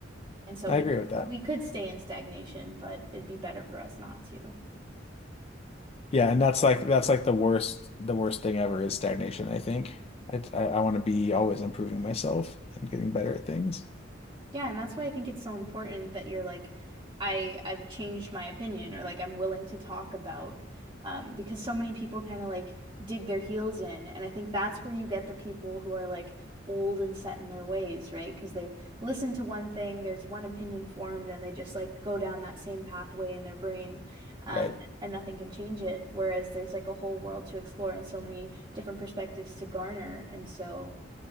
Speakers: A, on the right; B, on the left.
A: And so
B: I
A: we
B: agree
A: c-
B: with that.
A: we could stay in stagnation, but it'd be better for us not to.
B: Yeah, and that's like that's like the worst the worst thing ever is stagnation, I think. I I, want to be always improving myself and getting better at things.
A: Yeah, and that's why I think it's so important that you're like, I I've changed my opinion or like I'm willing to talk about um because so many people kind of like dig their heels in and I think that's where you get the people who are like old and set in their ways, right? Because they've listened to one thing, there's one opinion formed and they just like go down that same pathway in their brain um
B: Right.
A: and nothing can change it. Whereas there's like a whole world to explore and so many different perspectives to garner and so